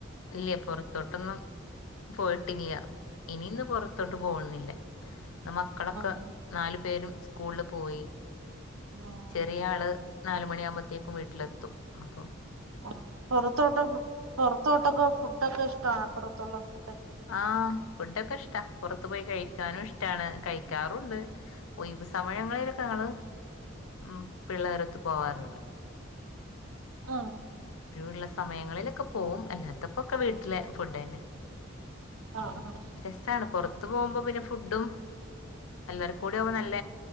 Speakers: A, on the left (about 85°); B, on the right (about 85°).
A: ഇല്ലേ പൊറത്തോട്ടൊന്നും. പോയിട്ടില്യാ ഇനി ഇന്ന് പൊറത്തോട്ട് പോകുന്നില്ല ഇന്ന് മക്കളൊക്ക.
B: ആഹ്
A: നാലു പേരും സ്കൂളില് പോയി.
B: ആഹ്
A: ചെറിയാള്. നാലുമണിയാകുമ്പോത്തേക്കും വീട്ടിലെത്തും അപ്പോ.
B: ആഹ് പൊറത്തോട്ട് പൊറത്തോട്ടൊക്കെ ഫുഡൊക്കെ ഇഷ്ടാണോ പുറത്തുള്ള ഫുഡൊക്കെ.
A: ആഹ് ഫുഡ്ഡോക്കെ ഇഷ്ടാ പുറത്തു പോയി കഴിക്കാനും ഇഷ്ടാണ്. കഴി ക്കാറുണ്ട് ഒയിവ് സമയങ്ങളിലൊക്കെ ഞങ്ങള്. ഉം പിള്ളേരൊത്ത് പോവാറുണ്ട്.
B: ആഹ്.
A: ഒഴിവുള്ള സമയങ്ങളിലൊക്കെ പോവും. അല്ലാത്തപ്പോക്കെ വീട്ടിലെ ഫുഡ് തന്നെ.
B: ആഹ്, ആഹ്.
A: രസാ ണ് പൊറത്ത് പോകുമ്പോ പിന്നെ ഫുഡും. എല്ലാർക്കും കൂടി ആകുമ്പ നല്ല